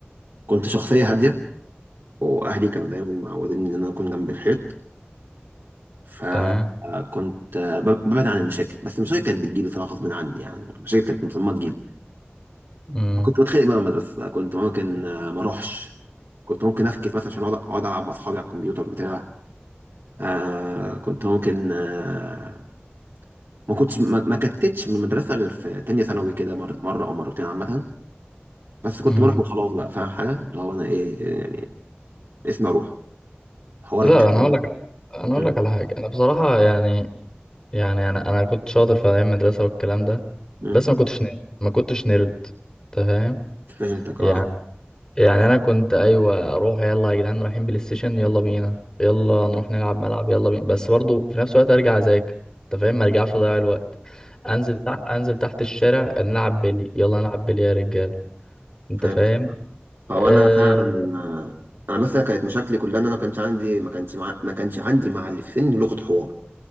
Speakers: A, on the right; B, on the left.
A: كنت شخصيه هاديه واهلي كانوا دايما معودين ان انا اكون جنب الحيط فكنت
B: تمام
A: ببعد عن المشاكل بس المشاكل كانت بتجيلي صراحة غصب عني يعني المشاكل كانت مصممة تجيلي
B: امم
A: كنت بتخانق بقى من المدرسة كنت ممكن آه، ما اروحش كنت ممكن افكس مثلا عشان اقعد أقعد العب مع اصحابي على الكمبيوتر بتاع آه كنت ممكن آه ما كنتش ما, ما كتتش من المدرسة غير في تانية ثانوي كده مر- مرة او مرتين عامة بس كنت
B: امم
A: بروح وخلاص بقى فاهم حاجة اللي هو انا ايه يعني اسمي اروح حوار
B: لا
A: الكتب
B: انا هقول لك انا
A: م-
B: هقول لك على حاجه انا بصراحه يعني يعني انا انا كنت شاطر في ايام المدرسه والكلام ده
A: م-
B: بس ما كنتش نيرد ما كنتش نيرد انت فاهم
A: فهمتك
B: يعني
A: اه
B: يعني انا كنت ايوه اروح يلا يا جدعان رايحين بلاي ستيشن يلا بينا يلا نروح
A: م-
B: نلعب ملعب يلا بينا بس برضو في نفس الوقت ارجع اذاكر انت فاهم ما ارجعش اضيع الوقت انزل تحت انزل تحت الشارع نلعب بلي يلا نلعب بلي يا رجال انت
A: فهمتك
B: فاهم
A: او
B: أه...
A: انا فعلا انا مثلا كانت مشاكلي كلها ان انا ما كانش عندي ما كانش مع... ما كانش عندي مع اللي في سني لغه حوار